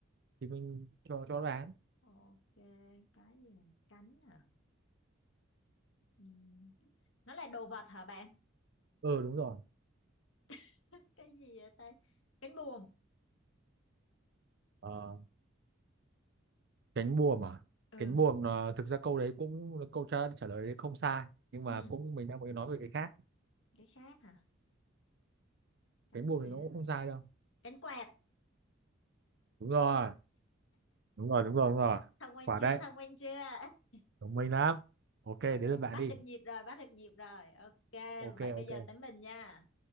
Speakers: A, on the right; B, on the left.
A: thì mình cho cho đoán
B: ok cái gì mà cánh hả ừ. nó là đồ vật hả bạn
A: ờ đúng rồi
B: <laughs> cái gì vậy ta cánh buồm
A: ờ, cánh buồm à
B: ừ
A: cánh buồm là thực ra câu đấy cũng là câu trả trả lời đấy không sai nhưng
B: ừ
A: mà cũng mình đang muốn nói về cái khác
B: cái khác hả cánh
A: cánh buồm
B: gì
A: thì nó cũng
B: đó ta?
A: không sai đâu
B: cánh quẹt
A: đúng rồi đúng rồi đúng rồi đúng rồi
B: thông minh
A: quả
B: chưa
A: đấy
B: thông minh chưa <laughs>
A: thông minh lắm ok đến lượt bạn
B: bắt
A: đi
B: được nhịp rồi bắt được nhịp rồi ok
A: ok
B: vậy bây
A: ok
B: giờ tới mình nha